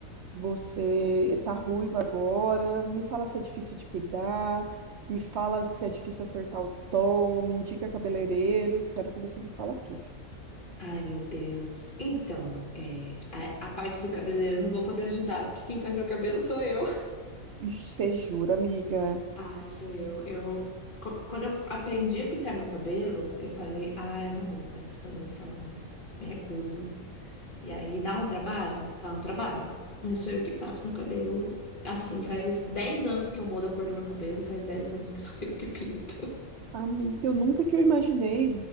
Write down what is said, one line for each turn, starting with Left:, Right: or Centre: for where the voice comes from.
Right: Você tá ruiva agora, me fala se é difícil de cuidar, me fala se é difícil acertar o tom, me indica cabeleireiros, quero que você me fala tudo.
Left: Ai, meu Deus. Então, é, a, a parte do cabeleireiro eu não vou poder ajudar, porque quem faz meu cabelo sou eu.
Right: Ixi, Você jura, amiga?
Left: <laughs> Ai, sou eu. Eu, co- quando eu aprendi a pintar meu cabelo, eu falei, ah, eu não vou mais fazer em salão, me recuso. E aí, dá um trabalho? Dá um trabalho. Mas sou eu que faço meu cabelo. Assim, faz 10 anos que eu mudo a cor do meu cabelo e faz 10 anos que sou <laughs> eu que pinto.
Right: Amiga, eu nunca que eu imaginei